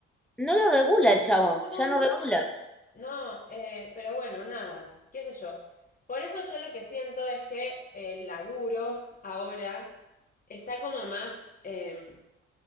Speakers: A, in the centre; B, on the left.
A: no lo regula el chabón,
B: No,
A: ya
B: no, no.
A: no regula.
B: No, eh, pero bueno, nada, qué sé yo. Por eso yo lo que siento es que el laburo ahora está como más... em,